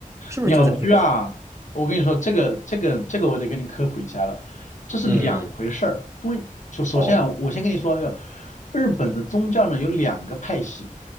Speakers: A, on the right (about 20°); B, on the left (about 60°).
A: 是不是就在这个？
B: 鸟居啊，我跟你说，这个这个这个我得跟你科普一下了，这是两回事儿。
A: 嗯，
B: 因为首首先啊，
A: 哦，
B: 我先跟你说，要日本的宗教呢有两个派系，